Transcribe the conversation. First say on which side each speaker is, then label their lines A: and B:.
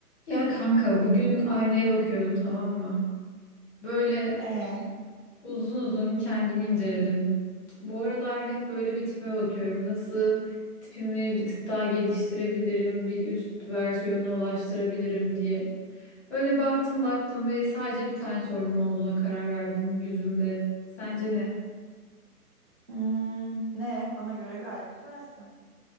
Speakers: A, on the left; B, on the right.
A: Ya kanka bugün aynaya bakıyordum tamam mı? Böyle
B: Ee,
A: uzun uzun kendimi inceledim. Bu aralar hep böyle bir tipime bakıyorum. Nasıl tipimi bir tık daha geliştirebilirim, bir üst versiyonuna ulaştırabilirim diye. Böyle baktım baktım ve sadece bir tane sorunum olduğuna karar verdim yüzümde. Sence ne?
B: hmm, ne? Bana göre gayet güzelsin.